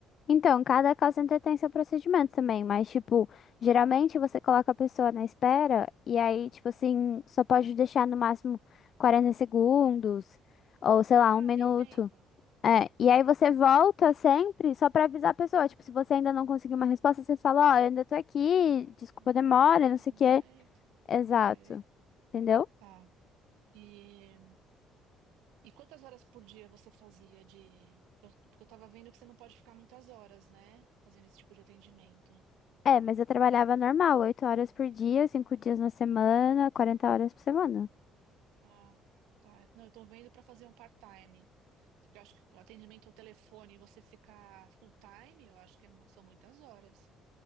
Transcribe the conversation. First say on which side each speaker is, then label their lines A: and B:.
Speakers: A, on the left; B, on the right.
A: Então, cada call center tem seu procedimento também, mas, tipo, geralmente você coloca a pessoa na espera e aí, tipo assim, só pode deixar no máximo 40 segundos ou, sei
B: Ah,
A: lá, um minuto.
B: tenho tempo.
A: É, e aí você volta sempre só pra avisar a pessoa. Tipo, se você ainda não conseguiu uma resposta, você fala, ó, eu ainda tô aqui,
B: Ah,
A: desculpa a demora,
B: Olha, aguarda
A: não
B: mais
A: sei
B: um
A: o quê.
B: momento.
A: Exato,
B: Ok.
A: entendeu?
B: Tá. E, e quantas horas por dia você fazia de. Porque eu tava vendo que você não pode ficar muitas horas, né? Fazendo esse tipo de atendimento.
A: É, mas eu trabalhava normal, 8 horas por dia, 5 dias na semana, 40 horas por semana.
B: Ah, tá. Não, eu tô vendo pra fazer um part-time. Porque eu acho que atendimento ao telefone, você ficar full-time, eu acho que é mu- são muitas horas.